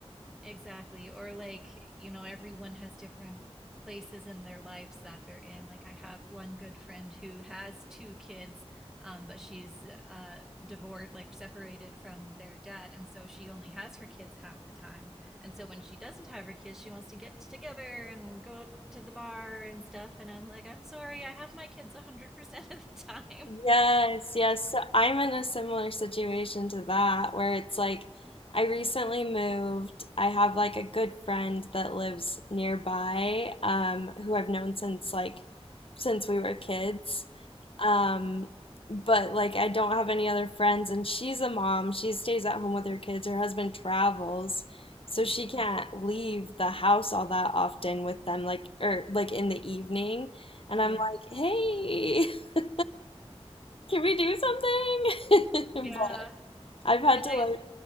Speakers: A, in the centre; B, on the left (about 55°).
A: Exactly. Or like, you know, everyone has different places in their lives that they're in. Like I have one good friend who has two kids, um, but she's uh, divorced, like separated from their dad, and so she only has her kids half the time. And so when she doesn't have her kids, she wants to get together and go to the bar and stuff. And I'm like, I'm sorry, I have my kids 100% of the time. <laughs>
B: Yes, yes. So I'm in a similar situation to that where it's like I recently moved. I have like a good friend that lives nearby, um, who I've known since like since we were kids. Um, but like I don't have any other friends and she's a mom. She stays at home with her kids. Her husband travels, so she can't leave the house all that often with them, like or like in the evening. And I'm
A: Yeah.
B: like, "Hey, <laughs> Can we do something?
A: Yeah.
B: <laughs> But I've had
A: And
B: to
A: I,
B: like